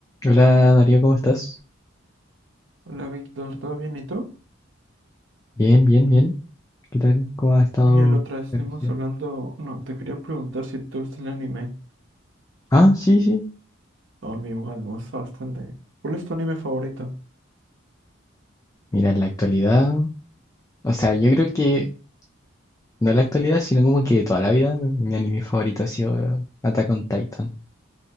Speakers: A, on the left (about 15°); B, on the right (about 70°).
A: Hola Darío, ¿cómo estás?
B: Hola Víctor, ¿todo bien y tú?
A: Bien, bien, bien. ¿Qué tal? ¿Cómo ha estado
B: Oye, la otra vez estuvimos
A: la energía?
B: hablando. No, te quería preguntar si te gusta el anime.
A: Ah, sí, sí.
B: No, a mí igual me gusta bastante. ¿Cuál es tu anime favorito?
A: Mira, en la actualidad, o sea, yo creo que no en la actualidad, sino como que toda la vida mi, mi anime favorito ha sido eh, Attack on Titan.